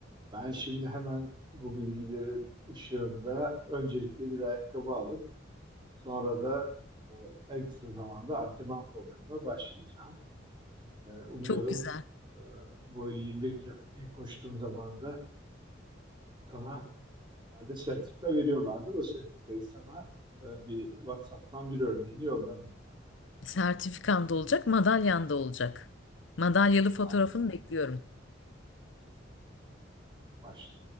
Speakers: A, on the right; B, on the left.
A: Ben şimdi hemen bu bilgilerin ışığında öncelikle bir ayakkabı alıp sonra da e, en kısa zamanda antrenman programına başlayacağım. E, Umuyorum
B: çok güzel.
A: e, bu 21 kilometreyi koştuğum zaman da sana herhalde sertifika veriyorlardı. O sertifikayı sana e, bir WhatsApp'tan bir örneğini yollarım mutlaka.
B: Sertifikan da olacak, madalyan da olacak. Madalyalı fotoğrafını
A: Harika.
B: bekliyorum.
A: Baş,